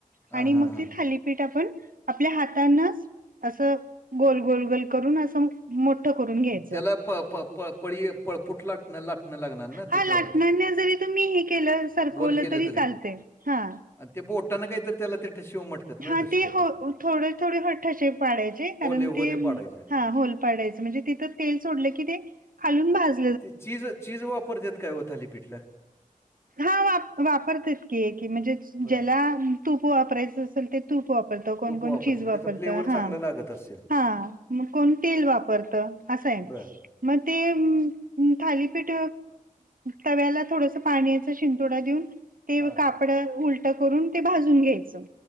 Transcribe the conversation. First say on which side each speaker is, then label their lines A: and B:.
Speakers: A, on the left; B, on the right.
A: हां,
B: आणि मगं
A: हां, हां.
B: ते थाली पीठ आपण आपल्या हातानच असं गोल गोल गोल करून असं मोठं करून घ्यायचं.
A: त्याला प प प पळी पळपूट लाटणं लाटणं लागणार ना
B: हा
A: ते
B: लाटण्याने
A: ते
B: जरी तुम्ही हे केलं सरकवल
A: गोल केलं
B: तरी चालतंय हा.
A: आणि ते बोटानं काहीतरी त्याला ते ठशिव म्हटतात
B: हा
A: ना तसे
B: ते
A: काहीतरी
B: हो थोडं थोडे हो ठसे पाडायचे. कारण
A: होले होले
B: ते
A: पाडायचे आणि
B: हा होल पाडायच म्हणजे तिथं तेल सोडलं की ते खालुन भाज
A: ते चीज चीज वापरत्यात काय ओ थालीपीठला?
B: हा वा वापरतात की की म्हणजे
A: बर
B: ज्याला तूप वापरायचं असेल ते तूप वापर कोण
A: तूप
B: कोण
A: वापरतात
B: चीज वापरत
A: त्याचा फ्लेवर
B: हा
A: चांगला लागत असेल
B: हा मग कोण तेल वापरतं असं हाय.
A: बर
B: म ते थालीपीठ तव्याला थोडंसं पाण्याचा शिंतोडा देऊन ते
A: हा
B: कापड उलटं करून ते भाजून घ्यायचं.